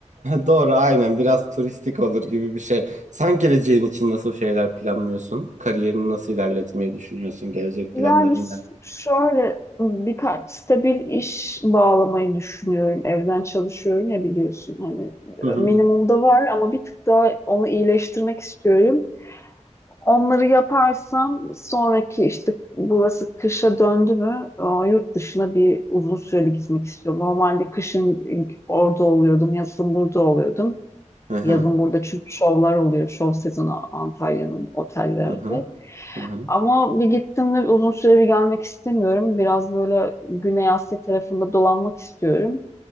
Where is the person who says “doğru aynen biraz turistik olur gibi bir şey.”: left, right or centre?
Right